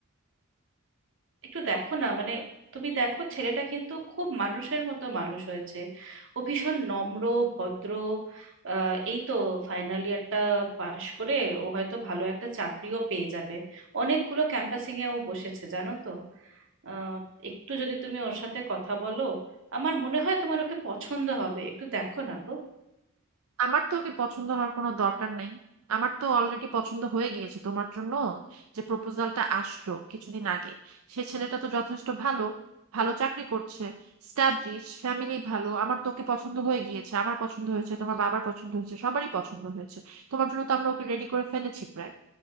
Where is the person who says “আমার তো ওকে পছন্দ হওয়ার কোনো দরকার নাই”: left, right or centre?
Right